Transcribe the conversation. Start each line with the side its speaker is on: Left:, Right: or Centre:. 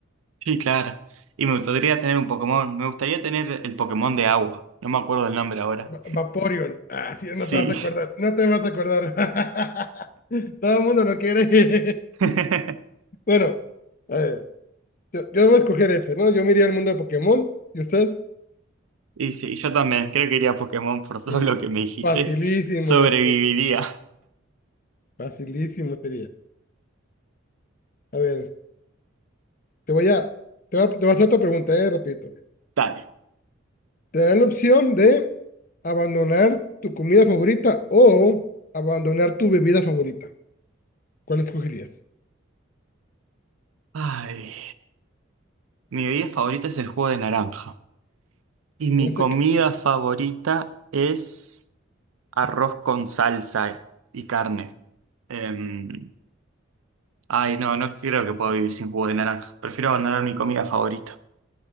Right: Sí, claro. Y me podría tener un Pokémon. Me gustaría tener el Pokémon de agua. No me acuerdo el nombre ahora.
Left: Va- Vaporeon. Ah, sí,
Right: Sí.
Left: no te vas a acordar. No te vas a acordar. <laughs> Todo el mundo lo quiere.
Right: <laughs>
Left: <laughs> Bueno, a ver, yo, yo voy a escoger ese, ¿no? Yo me iría al mundo de Pokémon. ¿Y usted?
Right: Y sí, yo también. Creo que iría a Pokémon por todo
Left: Sí,
Right: lo que me dijiste.
Left: facilísimo,
Right: Sobreviviría.
Left: este, facilísimo sería. A ver, te voy a, te voy a, te voy a hacer otra pregunta, eh, repito.
Right: Dale.
Left: Te dan la opción de abandonar tu comida favorita o abandonar tu bebida favorita. ¿Cuál escogerías?
Right: Ay. Mi bebida favorita es el jugo de naranja. Y mi
Left: No
Right: comida
Left: sé, qué-
Right: favorita es arroz con salsa y carne. Em, ay, no, no creo que pueda vivir sin jugo de naranja. Prefiero abandonar mi comida favorita.